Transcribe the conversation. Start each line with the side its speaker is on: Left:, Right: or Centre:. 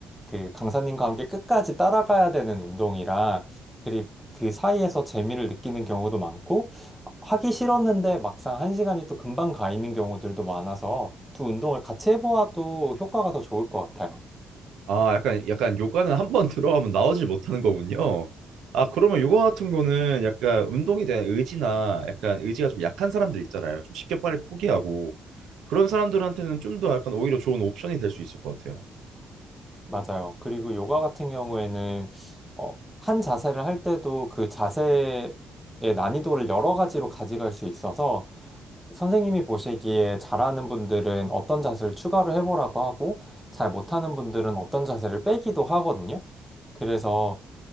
Centre: 그 강사님과 함께 끝까지 따라가야 되는 운동이라, 그리고 그 사이에서 재미를 느끼는 경우도 많고, 하기 싫었는데 막상 한 시간이 또 금방 가 있는 경우들도 많아서 두 운동을 같이 해보아도 효과가 더 좋을 것 같아요.
Right: 아, 약간, 약간 요가는 한 번 <laughs> 들어가면 나오질 못하는 거군요. 아, 그러면 요가 같은 거는 약간 운동에 대한 의지나 약간 의지가 좀 약한 사람들 있잖아요. 좀 쉽게 빨리 포기하고 그런 사람들한테는 좀 더 약간 오히려 좋은 옵션이 될 수 있을 것 같아요.
Centre: 맞아요. 그리고 요가 같은 경우에는 어, 한 자세를 할 때도 그 자세의 난이도를 여러 가지로 가져갈 수 있어서 선생님이 보시기에 잘하는 분들은 어떤 자세를 추가로 해보라고 하고 잘 못하는 분들은 어떤 자세를 빼기도 하거든요. 그래서